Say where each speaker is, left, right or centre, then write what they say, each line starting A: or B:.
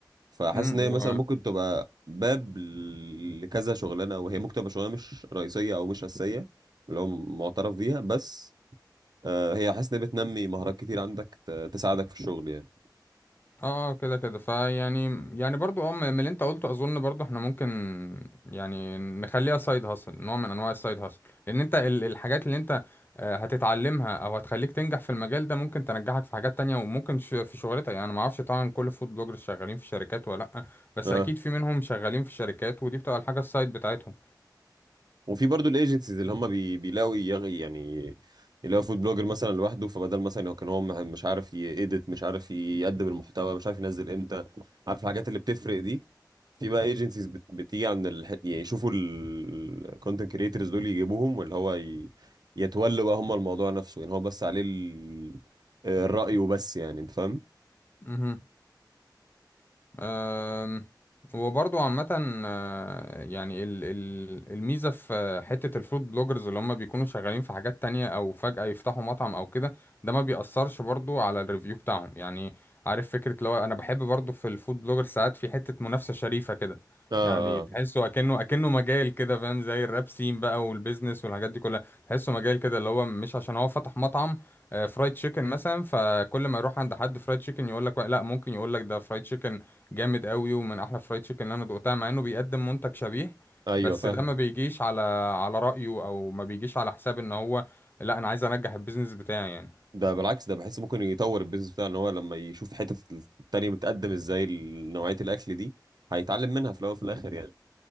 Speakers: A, on the right; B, on the left.
A: فحاسس
B: امم
A: ان هي مثلا ممكن تبقى باب ل- لكذا شغلانه وهي ممكن تبقى شغلانه مش رئيسيه او مش اساسيه اللي هو معترف بيها بس آه، هي حاسس ان هي بتنمي مهارات كتير عندك ت- تساعدك في الشغل يعني
B: اه اه كده كده فيعني يعني برضو اه من اللي انت قلته اظن برضو احنا ممكن يعني نخليها سايد هاسل نوع من انواع السايد هاسل لان انت ال- الحاجات اللي انت آه، هتتعلمها او هتخليك تنجح في المجال ده ممكن تنجحك في حاجات تانية وممكن ش- في شغلتك يعني انا ما اعرفش طبعا كل الفود بلوجرز شغالين في شركات ولا لا بس
A: اه
B: اكيد في منهم شغالين في شركات ودي بتبقى الحاجة السايد بتاعتهم
A: وفي برضو الايجنسيز اللي هم بي بيلاقوا يغي يعني يلاقوا فود بلوجر مثلا لوحده فبدل مثلا هو كان هو مه- مش عارف يedit مش عارف يقدم المحتوى مش عارف ينزل امتى عارف الحاجات اللي بتفرق دي في بقى ايجنسيز بت... بتيجي عند الح... يعني يشوفوا الكونتنت كريترز دول يجيبوهم واللي هو ي... يتولوا بقى هم الموضوع نفسه يعني هو بس عليه ال... الرأي وبس يعني انت فاهم
B: امم أم، وبرضو عامة آه، يعني ال- ال- الميزة في حتة الفود بلوجرز اللي هم بيكونوا شغالين في حاجات تانية أو فجأة يفتحوا مطعم أو كده ده ما بيأثرش برضو على الريفيو بتاعهم يعني عارف فكرة لو أنا بحب برضو في الفود بلوجر ساعات في حتة منافسة شريفة كده
A: اه
B: يعني تحسه
A: اه
B: أكنه أكنه مجال كده فاهم زي الراب سين بقى والبيزنس والحاجات دي كلها تحسه مجال كده اللي هو مش عشان هو فتح مطعم آه، فرايد تشيكن مثلا فكل ما يروح عند حد فرايد تشيكن يقول لك لا ممكن يقول لك ده فرايد تشيكن جامد قوي ومن احلى فرايد تشيكن اللي انا دقتها مع انه بيقدم منتج شبيه
A: ايوه
B: بس
A: فاهم
B: ده ما بيجيش على على رأيه او ما بيجيش على حساب ان هو لا انا عايز انجح البيزنس بتاعي يعني
A: ده بالعكس ده بحس ممكن يطور البيزنس بتاعه ان هو لما يشوف حتة التانية بتقدم ازاي ال- نوعية الاكل دي هيتعلم منها في الاول وفي الاخر يعني